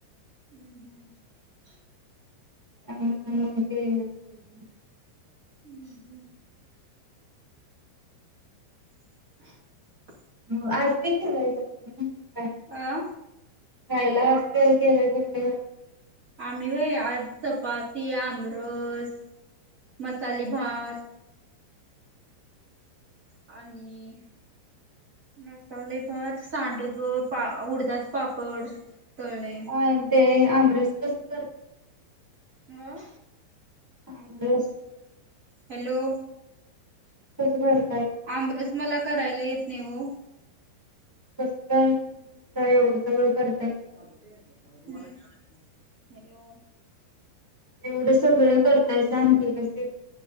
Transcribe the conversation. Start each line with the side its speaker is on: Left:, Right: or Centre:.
Right: हम्म हम्म <inaudible>
Centre: आ ते <inaudible>
Right: हूं हूं. <inaudible>
Centre: हो आज नाही खेवायच तु <unintelligible>
Right: आ.
Centre: खायला असल केलंय तु <inaudible> <inaudible>
Right: आम्ही व्हयं आज चपाती, आमरस, मसाले भात, आणि मसाले भात सांडग, पा.. उडदाच पापड. तळले
Centre: अं ते आम. कस करय <inaudible>
Right: अं.
Centre: हम <unintelligible>
Right: हॅलो.
Centre: तसगर
Right: आमरस मला करायला येत नई ओ.
Centre: कस काय <unintelligible> त्या एवढं सगळं कर
Right: <unintelligible> हॅलो.
Centre: एवढं सगळं कर तर सांगते कसे